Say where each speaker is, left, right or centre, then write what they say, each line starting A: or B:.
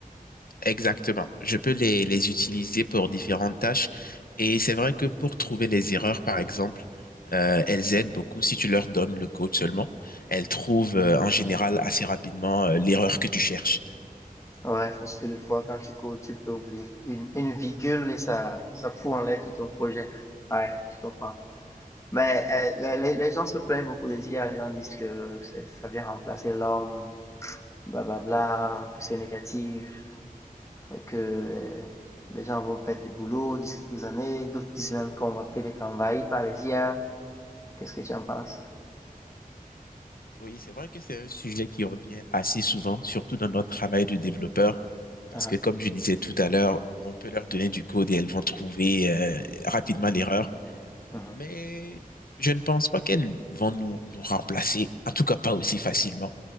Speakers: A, on the left; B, on the left.
A: Exactement. Je peux les, les utiliser pour différentes tâches. Et c'est vrai que pour trouver les erreurs, par exemple, euh, elles aident beaucoup. Si tu leur donnes le code seulement, elles trouvent euh, en général assez rapidement euh, l'erreur que tu cherches.
B: Ouais, parce que des fois, quand tu cours, tu peux oublier une, une virgule et ça, ça fout en l'air tout ton projet. Ouais, je comprends. Mais euh, les, les- les gens se plaignent beaucoup des IA, les gens disent que c'est- ça vient remplacer l'homme, blablabla, que c'est négatif, et que euh, les, gens vont perdre du boulot d'ici quelques années. D'autres disent même qu'on va peut-être être envahi par les IA. Qu'est-ce que tu en penses?
A: Oui, c'est vrai que c'est un sujet qui revient assez souvent, surtout dans notre travail de développeur, parce
B: Ah,
A: que comme je disais tout à l'heure, on peut leur donner du code et elles vont trouver euh, rapidement l'erreur.
B: mhm,
A: Mais je ne pense pas qu'elles vont nous, nous remplacer, en tout cas pas aussi facilement.